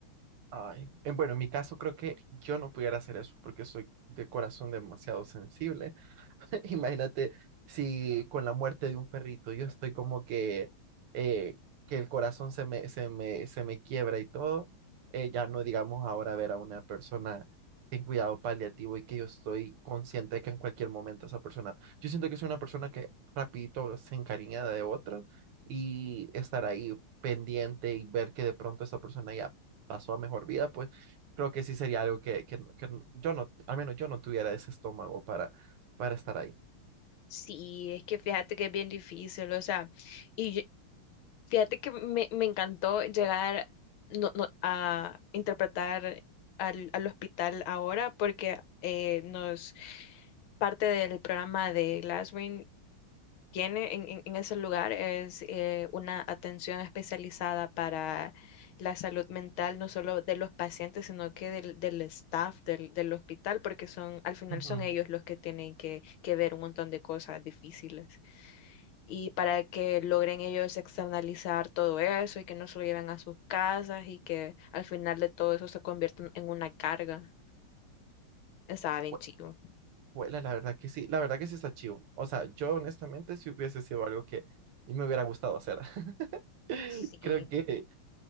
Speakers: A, on the right (about 85°); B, on the left (about 70°).
A: Ay, eh, bueno, en mi caso creo que yo no pudiera hacer eso porque soy de corazón demasiado sensible. <laughs> Imagínate si con la muerte de un perrito yo estoy como que, eh, que el corazón se me, se me, se me quiebra y todo, eh, ya no digamos ahora ver a una persona en cuidado paliativo y que yo estoy consciente de que en cualquier momento esa persona, yo siento que soy una persona que rapidito se encariña de otra y estar ahí pendiente y ver que de pronto esa persona ya pasó a mejor vida, pues creo que sí sería algo que, que, que yo no, al menos yo no tuviera ese estómago para, para estar ahí.
B: Sí, es que fíjate que es bien difícil, o sea, y yo- fíjate que me, me encantó llegar no- no- a interpretar al, al hospital ahora porque eh, nos parte del programa de Glasswing tiene en, en- en ese lugar es eh, una atención especializada para la salud mental, no solo de los pacientes, sino que del, del staff del, del hospital, porque son, al final
A: Ujú.
B: son ellos los que tienen que, que ver un montón de cosas difíciles. Y para que logren ellos externalizar todo eso y que no se lo lleven a sus casas y que al final de todo eso se convierta en una carga. Estaba bien
A: Hue-
B: chido.
A: Huela, la verdad que sí, la verdad que sí está chido. O sea, yo honestamente sí hubiese sido algo que me hubiera gustado hacer. <laughs>
B: Sí,
A: Creo que,